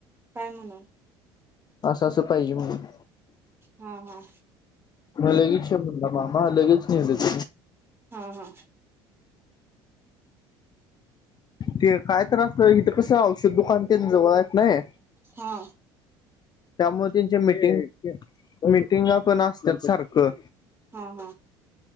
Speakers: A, on the right; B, on the left.
A: काय म्हणून
B: अस अस पाहिजे म्हणून
A: हा हा
B: लगेच श मामा लगेच न्हेलेत
A: हा हा
B: ते काय तर असं इथं कसं औषध दुकान जवळ हायत नाही
A: हा
B: त्यामुळे त्यांच्या मिटिंग मिटिंगा पण आसत्यात सारखं
A: ह ह